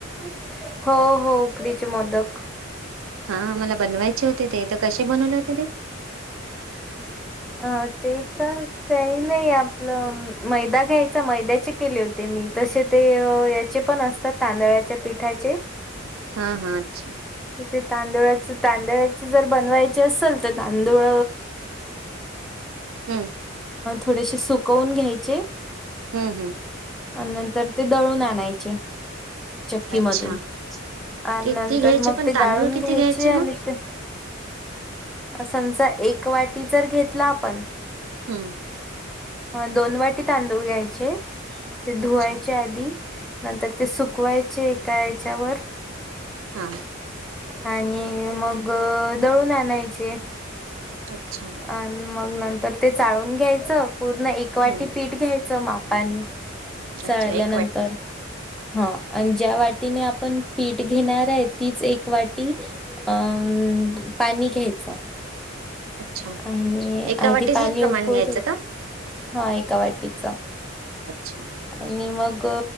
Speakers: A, in the centre; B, on the right.
A: <inaudible> हो हो उकडीचे मोदक, <inaudible>
B: हा मला बनवायचे होते ते तर कसे बनवले होते ते, <inaudible>
A: हा ते का काही नाही आपलं मैदा घ्यायचा मैद्याचे केले होते मी तसे ते याचे पण असतात तांदळाच्या पिठाचे <unintelligible>
B: हा हा अच्छा.
A: तर तांदुळाच तांदळाची जर बनवायची असेल तर तांदूळ
B: हम्म.
A: थोडेसे सुकवून घ्यायचे
B: हम्म हम्म
A: आणि नंतर ते दळून आणायचे. चक्की
B: अच्छा
A: मधून आणि
B: किती
A: नंतर
B: घ्यायचे
A: मग
B: पण
A: ते
B: तांदूळ
A: गाळून
B: किती
A: घ्यायचे आणि
B: मग
A: ते समजा एक वाटी जर घेतला आपण
B: हम्म.
A: दोन वाटी तांदूळ घ्यायचे ते धुवायचे
B: अच्छा
A: आधी नंतर ते सुकवायचे एका ह्याच्यावर
B: हा.
A: आणि मग दळून आणायचे.
B: अच्छा.
A: आणि मग नंतर ते चाळून घ्यायचं पूर्ण एक
B: हम्म
A: वाटी पीठ घ्यायचं मापानी चाळल्यानंतर
B: अच्छा एक वाटी
A: हा आणि ज्या वाट तिने आपण पीठ घेणार आहे तीच एक वाटी अ पाणी घ्यायचं.
B: अच्छा
A: आणि
B: एका
A: आधी
B: वाटीचच
A: पाणी
B: प्रमाण
A: उकळू
B: घ्यायचं
A: द्यायचं.
B: का?
A: हा एका वाटीचा
B: अच्छा.
A: आणि मग